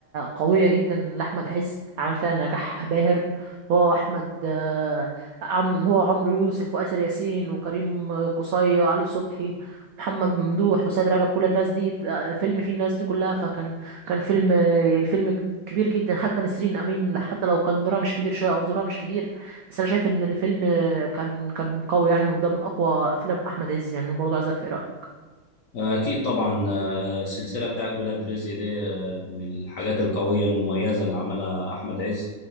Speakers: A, on the right; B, on the left.
A: قويه جدا لاحمد عز عمل فيها نجاح باهر هو احمد آه، عم هو عمرو يوسف واسر ياسين وكريم قصي وعلي صبحي محمد ممدوح وسيد رجب كل الناس دي آه، فيلم فيه الناس دي كلها فكان كان فيلم آه، فيلم كبير جدا حتى نسرين امين حتى لو كان دورها مش كبير شويه او دورها مش كتير بس انا شايف ان الفيلم كان كان قوي يعني وده من اقوى افلام احمد عز يعني برضه عايز اعرف ايه رايك
B: آه، اكيد طبعا السلسلة بتاعت ولاد رزق دي آه، من الحاجات القوية المميزة اللي عملها أحمد عز